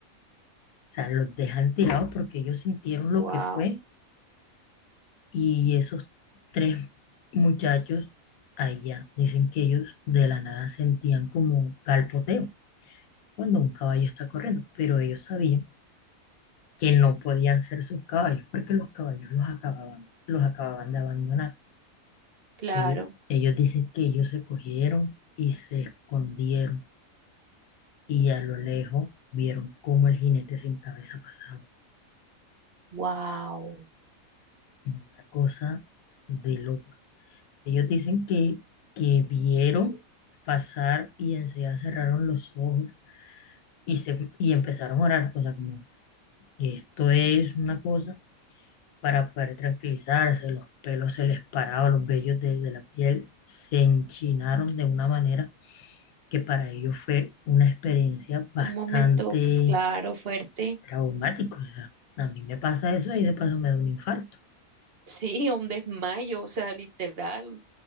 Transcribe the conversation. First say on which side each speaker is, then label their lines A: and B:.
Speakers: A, on the left; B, on the right.
A: O sea, los dejan tirados porque ellos sintieron lo
B: Wow,
A: que fue y esos tres muchachos allá dicen que ellos de la nada sentían como galpoteo cuando un caballo está corriendo, pero ellos sabían que no podían ser sus caballos porque los caballos los acababan, los acababan de abandonar.
B: claro,
A: Ellos, ellos dicen que ellos se cogieron y se escondieron y a lo lejos vieron cómo el jinete sin cabeza pasaba.
B: wow.
A: Una cosa de loco. Ellos dicen que, que vieron pasar y enseguida cerraron los ojos y, se, y empezaron a orar, cosas como, esto es una cosa para poder tranquilizarse, los pelos se les paraban, los vellos de, de la piel se enchinaron de una manera que para ellos fue una experiencia bastante
B: Un momento, uf, claro, fuerte.
A: traumática. O sea, a mí me pasa eso y de paso me da un infarto.
B: Sí, un desmayo, o sea, literal. O